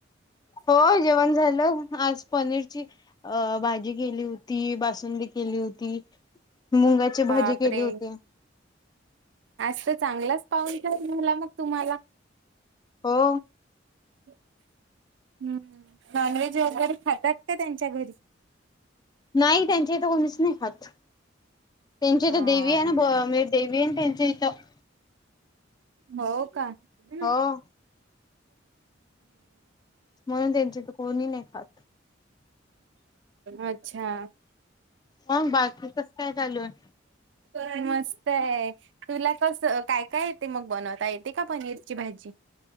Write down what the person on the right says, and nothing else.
बापरे
आज तर चांगलाच पाऊल झाला मग तुम्हाला
हम्म नॉन व्हेज वगैरे खातात का त्यांच्या घरी
हा.
हो का हम्म.
अच्छा.
ण मस्त आहे तुला कस काय काय येते मग बनवता येते का पनीर ची भाजी.